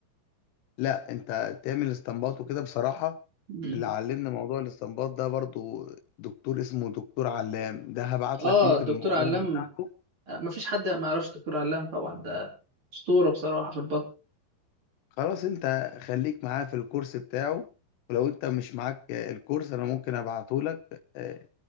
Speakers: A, on the left; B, on the right.
A: لا انت تعمل استنباط وكده بصراحه
B: مم.
A: اللي علمنا موضوع الاستنباط ده برضو دكتور اسمه دكتور علام ده هبعت
B: اه
A: لك ممكن
B: الدكتور
A: المحاضرات
B: علام
A: بتاعته
B: آه، ما فيش حد ما يعرفش الدكتور علام طبعا ده اسطوره بصراحه في البطن
A: خلاص انت خليك معاه في الكورس بتاعه ولو انت مش معاك آه، الكورس انا ممكن ابعته لك آه،